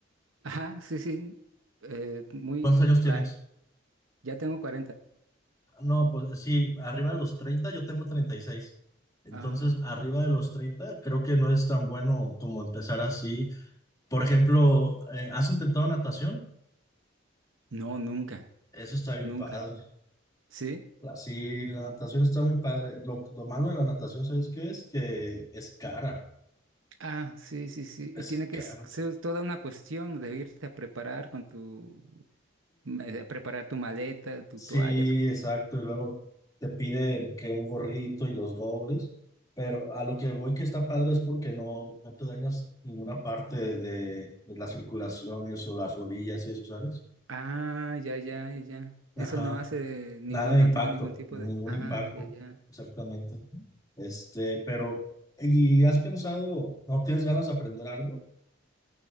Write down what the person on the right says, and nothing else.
ajá, sí, sí. eh, muy
por
ahí. Ya tengo cuarenta
Ah,
no, nunca,
nunca.
¿Sí?
Ah, sí, sí, sí.
Y tiene que
s- ser toda una cuestión de irte a preparar con tu... eh, preparar tu maleta, tu
toalla. supongo.
Ah, ya, ya, ya. ya.
Eso no hace ningún,
no
tiene ningún tipo
de... Ah,
ya, ya.